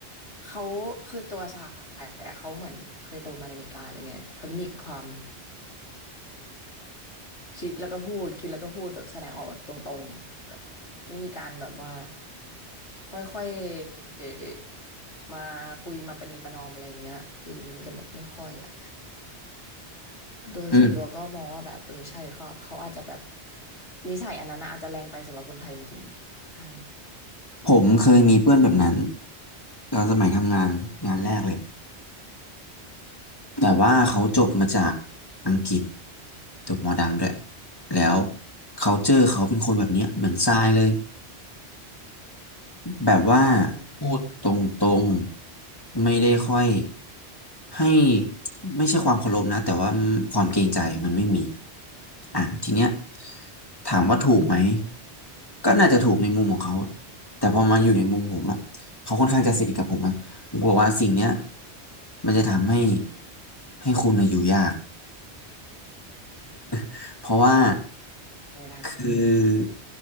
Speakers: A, on the left (about 90°); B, on the left (about 20°).
A: เขาคือตัวสายอะเขาเหมือนเคยโตมาในอเมริกาอะไรเงี้ยเขาจะมีความคิดแล้วก็พูดคิดแล้วก็พูดแบบแสดงออกแบบตรงๆแบบไม่มีการแบบว่าค่อยๆมาคุยมาประนีประนอมอะไรเงี้ยเออมันจะแบบไม่ค่อยอะตัวส่วนตัวก็มองว่าแบบเออใช่ก็เขาอาจจะแบบ
B: อืม
A: นิสัยอันนั้นนะอาจจะแรงไปสำหรับคนไทยจริงๆใช่
B: ผมเคยมีเพื่อนแบบนั้นตอนสมัยทำงานงานแรกเลยแต่ว่าเขาจบมาจากอังกฤษจบมอดังด้วยแล้ว culture เขาเป็นคนแบบเนี้ยเหมือนทรายเลย แบบว่า
A: อืม
B: พูดตรงๆไม่ได้ค่อยให้ไม่ใช่ความเคารพนะแต่ว่าความเกรงใจมันไม่มีอ่ะทีเนี้ยถามว่าถูกไหมก็น่าจะถูกในมุมของเขาแต่พอมาอยู่ในมุมผมอะเขาค่อนข้างจะสนิทกับผมอะผมกลัวว่าสิ่งเนี้ยมันจะทำให้ให้คุณน่ะอยู่ยาก <laughs> เพราะว่า
A: ไม่ได้
B: คือ